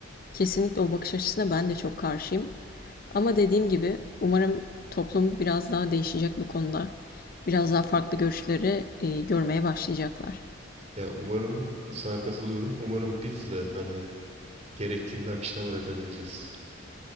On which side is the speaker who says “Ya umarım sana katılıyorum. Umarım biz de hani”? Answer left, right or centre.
Right